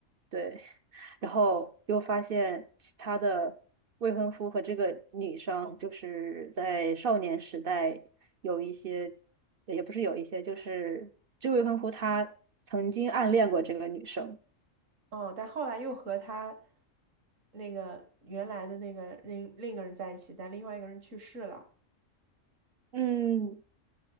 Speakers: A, on the right; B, on the right.
A: 对。然后又发现其他的未婚夫和这个女生就是在少年时代有一些，也不是有一些，就是这未婚夫他曾经暗恋过这个女生。
B: 哦，但后来又和他那个原来的那个另另一个人在一起，但另外一个人去世了。
A: 嗯，